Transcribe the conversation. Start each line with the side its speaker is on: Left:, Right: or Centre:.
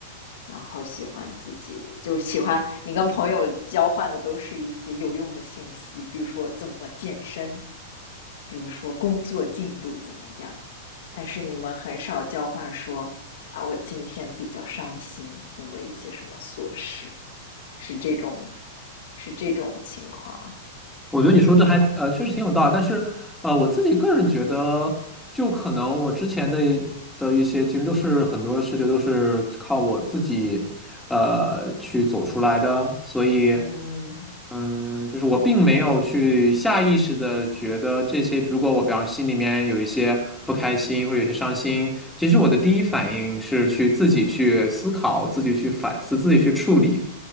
Left: 然后喜欢自己就是喜欢你跟朋友交换的都是一些有用的信息，比如说怎么健身，比如说工作进度怎么样，但是你们很少交换说啊，我今天比较伤心，因为一些什么琐事，是这种是这种情况
Centre: 我觉得你说这还呃确实挺有道理，
Left: 吗？
Centre: 但是呃我自己个人觉得，就可能我之前的的一些经历都是很多事情都是靠我自己呃去走出来的，所以。
Left: 嗯
Centre: 嗯，就是我并没有去下意识的觉得这些，如果我比方心里面有一些不开心或者有些伤心，其实我的第一反应是去自己去思考、自己去反思、自己去处理。